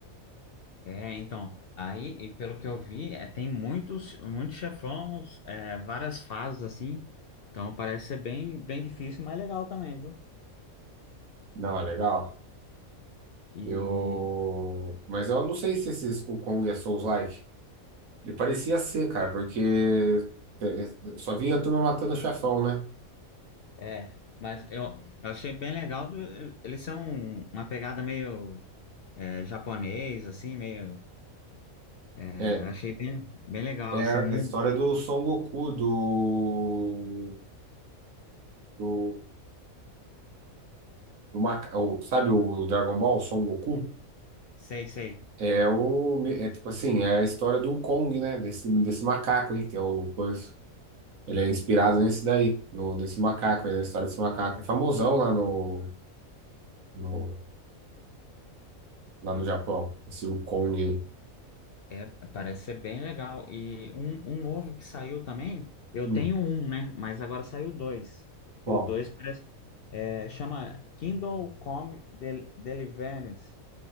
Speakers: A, on the left (about 60°); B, on the right (about 75°).
A: É, então, aí, e pelo que eu vi, é, tem muitos, muitos chefões, é, várias fases assim. Então parece ser bem, bem difícil, mas legal também, viu?
B: Não, é legal.
A: E
B: Eu, mas eu não sei se esse o Kong é Souls-like. Ele parecia ser, cara, porque eh, só vinha a turma matando o chefão, né?
A: é, mas eu, eu achei bem legal. do- eles são uma pegada meio é, japonês, assim, meio. é,
B: É,
A: achei bem, bem legal,
B: É
A: assim,
B: a
A: o mundo.
B: história do Son Goku, do, do, do maca- o- sabe o Dragon Ball, Son Goku?
A: Sei, sei.
B: É o, é tipo assim, é a história do Kong, né? Desse, desse macaco aí, que é o coisa. Ele é inspirado nesse daí, no, nesse macaco aí, na história desse macaco. É famosão lá no, no, lá no Japão, esse o Kong aí.
A: É, parece ser bem legal. E um, um novo que saiu também, eu
B: Hum,
A: tenho um, né? Mas agora saiu dois.
B: bom,
A: E o dois parece, é, chama Kindle Come Del Deliverance.